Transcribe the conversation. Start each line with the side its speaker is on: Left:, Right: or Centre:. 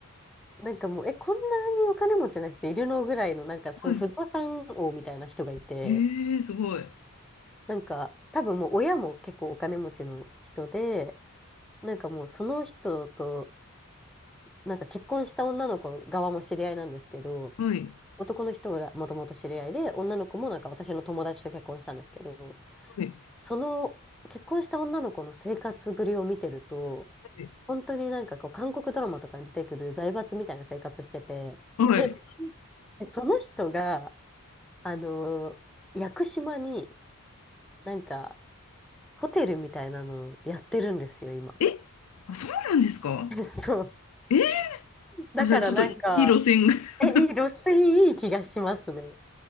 Centre: なんかもう、え、こんなにお金持ちな人いるのぐらいの、なんかそういう不動産王みたいな人がいて、
Left: はい。ええすごい。
Centre: なんか、多分もう親も結構お金持ちの人で、なんかもうその人と、なんか結婚した女の子の側も知り合いなんですけど、
Left: はい。
Centre: 男の人がもともと知り合いで、女の子もなんか私の友達と結婚したんですけど、
Left: はい。
Centre: その結婚した女の子の生活ぶりを見てると、
Left: はい。
Centre: 本当になんかこう、韓国ドラマとかに出てくる財閥みたいな生活してて、
Left: はい。
Centre: <laughs> その人が、あのー屋久島になんか、ホテルみたいなのやってるんですよ、今。
Left: え、あ、そうなんですか
Centre: <laughs> そう。
Left: え
Centre: だからなんか、
Left: あ、じゃあちょっといい路線が <laughs>
Centre: え、いい、露水いい気がしますね。